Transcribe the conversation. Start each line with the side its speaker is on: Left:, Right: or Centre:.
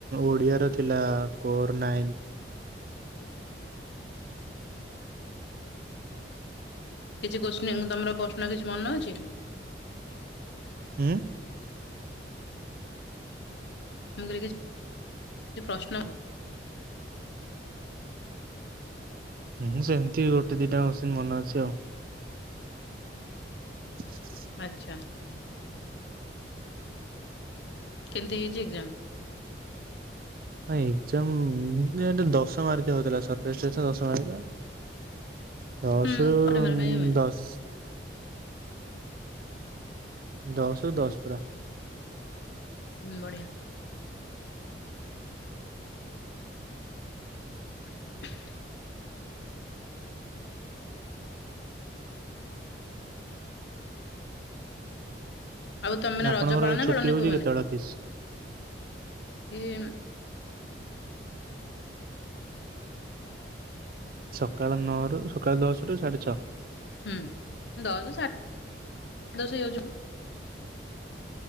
Right: ଓଡିଆରେ ଥିଲା କୋରନାଇନ୍
Left: କିଛି କୋଚିନି ତମର ପ୍ରଶ୍ନ କିଛି ମନେ ଅଛି?
Right: ହୁଁ।
Left: ମୁଁ କହିଲି କି ପ୍ରଶ୍ନ
Right: ହୁଁ ସେମିତି ଗୋଟେ ଦିଟା ସିନ ମନେ ଅଛି ଆଉ। <inaudible>
Left: ଆଚ୍ଛା। କେମତି ହେଇଛି ଏଜାମ୍?
Right: ନାହିଁ ଏଜାମ୍ ଦଶ ମାରି ହଉଥିଲା ସତେଶୀଟା ଦଶମାରିକା ଦଶରୁ
Left: ହୁଁ ଗୋଟେ ମାର୍କ
Right: ହୁଁ
Left: ପାଇଁ ହୁଏ
Right: ଦଶ ଦଶରୁ ଦଶପୁରା।
Left: ହୁଁ ବଢିଆ। <inaudible> ଆଉ ତମେମାନେ
Right: ଆପଣଙ୍କର
Left: ରଜ ପାଳନ
Right: ଛୁଟି
Left: ପାଳନି
Right: ହଉଛି
Left: କୋଉମାନେ?
Right: କେତେବେଳେ ଅଫିସ?
Left: କିମି।
Right: ସକାଳ ନଅରୁ ସକାଳୁ ଦଶରୁ ସାଢେଛଅ।
Left: ହୁଁ ଦଶ ସାଢେଦଶ ହେଇଯାଉଛି।